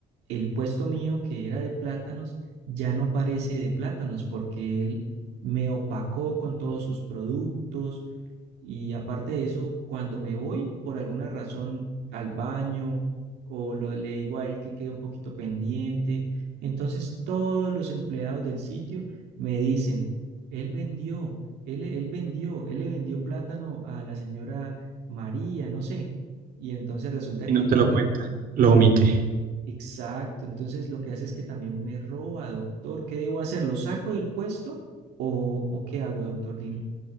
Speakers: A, on the right; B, on the right.
A: el puesto mío que era de plátanos ya no parece de plátanos porque él me opacó con todos sus productos, y aparte de eso, cuando me voy por alguna razón al baño o lo- le digo a él que quede un poquito pendiente, entonces todos los empleados del sitio me dicen, él vendió, él, él vendió, él le vendió plátano a la señora María, no sé. Y entonces resulta
B: Y no
A: que le
B: te lo
A: pregunto,
B: cuenta. Lo omite.
A: exacto, entonces lo que hace es que también me roba, doctor, ¿qué debo hacer? ¿Lo saco del puesto o, o qué hago, doctor? Dime.